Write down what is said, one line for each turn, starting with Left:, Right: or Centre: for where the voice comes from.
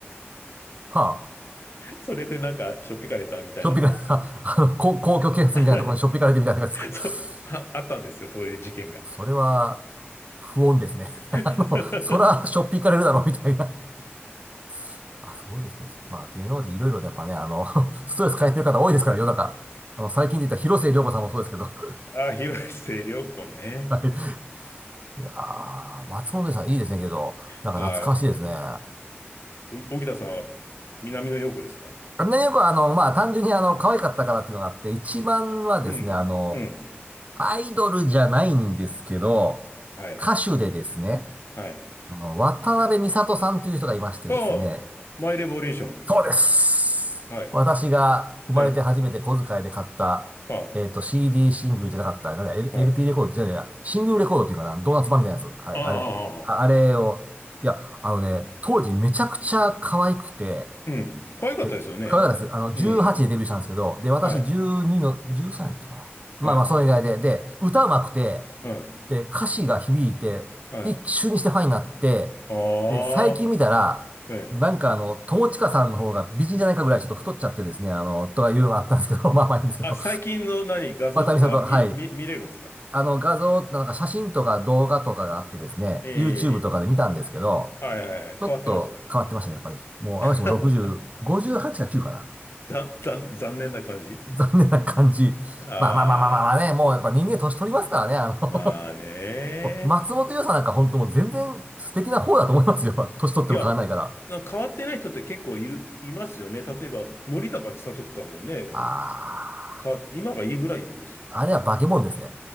Right: はあ。
Left: それでなんかしょっぴかれたみたいなのが、
Right: しょっぴかれた、<laughs> あの、公、公共警察みたいなところにしょっぴかれてみたいなやつか。
Left: <laughs> そう、
Right: <laughs>
Left: あ、あったんですよ、そういう事件が。
Right: それは、不穏ですね。
Left: <laughs>
Right: <laughs> あの、そら、しょっぴかれるだろう、みたいな。<laughs> あ、そうです、そうです。まあ、芸能人いろいろでやっぱね、あの、<laughs> ストレス抱えてる方多いですから、世の中。あの、最近で言った広末涼子さんもそうですけど。<laughs>
Left: あ、広末涼子ね。
Right: はい。いやー、松本伊代さんいいですねけど、なんか懐かしいですね。
Left: はい。
Right: ね、
Left: お荻田さんは南の陽子ですか
Right: よくあの、まあ、単純にあの、可愛かったからっていうのがあって、
Left: うん。
Right: 一番はですね、
Left: うん。
Right: あの、
Left: うん。
Right: アイドルじゃないんですけど、
Left: はい。
Right: 歌手でですね、
Left: はい。
Right: あの、渡辺美里さんという人がいましてですね、
Left: ああ、マイレボリューション。
Right: そうです。
Left: はい。
Right: 私が生まれて初めて小遣いで買った、
Left: ええ。あ
Right: えっと、CD シングルじゃなかった、なんだ、L-
Left: あ、
Right: LP
Left: はい。
Right: レコードじゃないや、シングルレコードっていうかな、ドーナツ版みたいなやつ。はい、
Left: ああ、
Right: あれ。
Left: ああ、
Right: あ、
Left: ああ
Right: あれを、いや、あのね、当時めちゃくちゃ可愛くて、
Left: うん。可愛かったですよね。
Right: で、可愛かったです。あの、18でデビューしたんですけど、
Left: うん。
Right: で、私12の、
Left: はい。
Right: 13やったかな。まあまあ、
Left: はい。
Right: それ以外で、で、歌うまくて、
Left: うん。
Right: で、歌詞が響いて、
Left: はい。
Right: 一瞬にしてファンになって、
Left: ああ、
Right: で、最近見たら、
Left: ええ。
Right: なんかあの、友近さんの方が美人じゃないかぐらいちょっと太っちゃってですね、あの、とかいうのがあったんですけど、<laughs> まあまあいいんですけど、
Left: あ、最近の何、画像とか見、
Right: 渡美里、はい。
Left: 見、見れるんですか
Right: あの、画像、なんか写真とか動画とかがあってですね、
Left: え
Right: YouTube とかで見たんですけど、
Left: え。はいはいはい。
Right: ちょっと変わってましたね、
Left: 変わってました。
Right: やっぱり。もう、
Left: <laughs>
Right: あの人も60、58か9かな。
Left: ざざ残念な感じ。
Right: 残念な感じ。
Left: ああ、
Right: まあまあまあまあまあまあね、もうやっぱ人間年取りますからね、あの
Left: まあね。
Right: もう松本伊代さんなんか本当もう全然素敵な方だと思いますよ。<laughs> 年取っても変わらないから。
Left: いや、な変わってない人って結構いる、いますよね。例えば、森高千里とかもね、
Right: ああ、
Left: 変わって、今がいいぐらいですよね、
Right: あれは化け物ですね。
Left: むしろ。